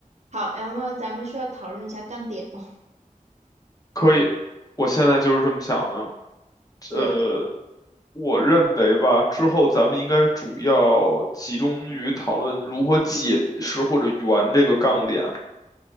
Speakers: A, on the right; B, on the left.
A: 好，然后咱们需要讨论一下杠点吗？
B: 可以。我现在就是这么想的。
A: 对，
B: 呃，我认为吧，之后咱们应该主要集中于讨论如何解释或者圆这个杠点。